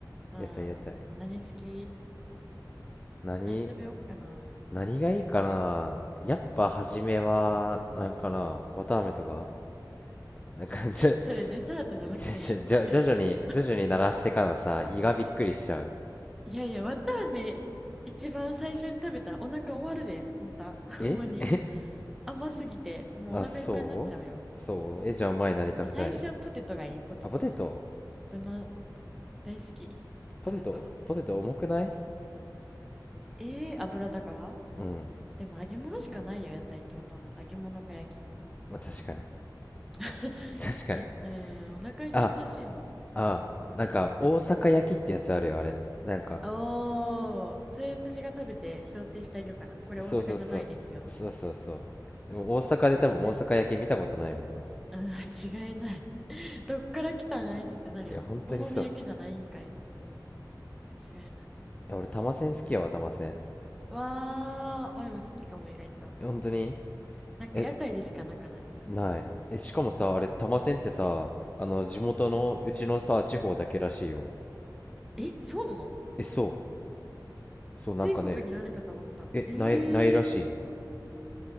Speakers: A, in the centre; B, on the left (about 20°).
A: うん。
B: 屋台、屋台。
A: 何好き
B: 何
A: 何食べようかな。
B: 何がいいかなやっぱ、初めは、なんかな、綿あめとかなんか、ちょ、
A: それデザートじゃなくて
B: ちょ、ちょ、じゃ徐々に、
A: <laughs>
B: 徐々に鳴らしてからさ、胃がびっくりしちゃう。
A: いやいや、わたあめ一番最初に食べたらお腹終わるで、あんた。<laughs>
B: え
A: ほんまに。甘すぎて、もうお腹いっぱいになっちゃうよ。
B: あ、そうそう。え、じゃあ、お前何食べたい
A: 最初はポテトがいい、ポテト。
B: あ、ポテト。
A: 無難。大好き。
B: ポテト、
A: ポテト。
B: ポテト重くない
A: ええー、油だから
B: うん。
A: でも揚げ物しかないよ、屋台ってほとんど。揚げ物か焼き物。
B: まあ、確かに。
A: <laughs>
B: 確かに。
A: だうーん、お腹に優しいの。
B: あああ、
A: うーん、
B: なんか、大阪焼きってやつあるよ、
A: 何
B: あれ。なんか、
A: おー、それ私が食べて評定してあげようかな。これ大阪じゃないですよって。
B: そうそうそう。そうそうそう。でも大阪で多分大阪焼き見たことないもんな。
A: ないかもしれない。うん、間違いない。<laughs> どっから来たんあいつってなるよな。
B: いや、本当にそう。
A: お好み焼きじゃないんかい。間違いない。
B: いや、俺、玉せん好きやわ、玉せん。
A: わー、ワイも好きかも、意外と。
B: え本当に
A: なんか屋台でしかなくないそういうの。
B: え、ない。え、しかもさ、あれ、玉せんってさ、あの、地元の、
A: うん。
B: うちのさ、地方だけらしいよ。
A: え、そうなの
B: え、そう。そう、なんかね、
A: 全国にあるかと思った。
B: え、
A: えー、
B: ない、ないらしい。